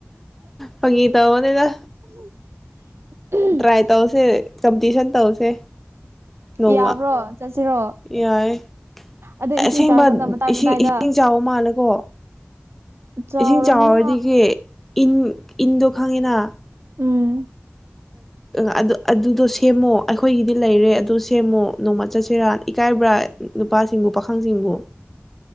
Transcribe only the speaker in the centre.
ꯐꯒꯤ ꯇꯧꯕꯅꯤꯗ
ꯇ꯭ꯔꯥꯏ ꯇꯧꯁꯦ ꯀꯝꯄꯤꯇꯤꯁꯟ ꯇꯧꯁꯦ ꯅꯣꯡꯃ
ꯌꯥꯏ
ꯑꯁꯦꯡꯕ
ꯏꯁꯤꯡ
ꯏꯁꯤꯡ ꯆꯥꯎꯕ ꯃꯥꯜꯂꯦꯀꯣ
ꯏꯁꯤꯡ ꯆꯥꯎꯔꯗꯤꯒꯦ
ꯏꯟ ꯏꯟꯗꯣ ꯈꯪꯉꯦꯅ
ꯑ ꯑꯗꯨ ꯑꯗꯨꯗꯣ ꯁꯦꯝꯃꯣ ꯑꯩꯈꯣꯏꯒꯤꯗꯤ ꯂꯩꯔꯦ ꯑꯗꯨ ꯁꯦꯝꯃꯣ ꯅꯣꯡꯃ ꯆꯠꯁꯤꯔꯥ ꯏꯀꯥꯏꯕ꯭ꯔꯥ ꯅꯨꯄꯥꯁꯤꯡꯕꯨ ꯄꯥꯈꯪꯁꯤꯡꯕꯨ